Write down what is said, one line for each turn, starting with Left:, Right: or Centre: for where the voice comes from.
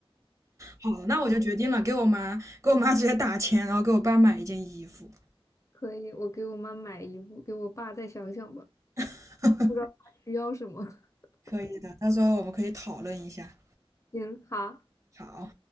Right: 好，那我就决定了，给我妈给我妈直接打钱，然后给我爸买一件衣服。
Left: 可以。我给我妈买衣服，给我爸再想想吧，
Right: <laughs>
Left: 不知道他需要什么。<laughs>
Right: 可以的，到时候我们可以讨论一下。
Left: 行，好。
Right: 好。